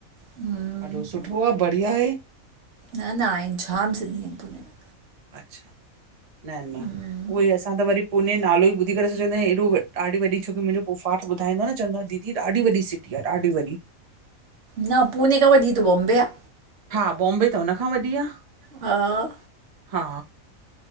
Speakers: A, on the right (about 60°); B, on the right (about 40°).
A: हम्म
B: हलो सुठो आहे बढ़िया आहे।
A: न न आहिनि, जाम सिंधी आहिनि पुने में
B: अच्छा, न न,
A: हम्म
B: उहोई असां त वरी पूने नालो ई ॿुधी करे असां चवंदा आहियूं, एॾो ॾाढी वॾी छो कि मुंहिंजो पोफाट ॿुधाईंदो आ न चवंदो आ दीदी ॾाढी वॾी सिटी आहे ॾाढी वॾी
A: न पुने खां वॾी त बॉम्बे आ।
B: हा, बॉम्बे त हुनखां वॾी आह।
A: हा।
B: हा।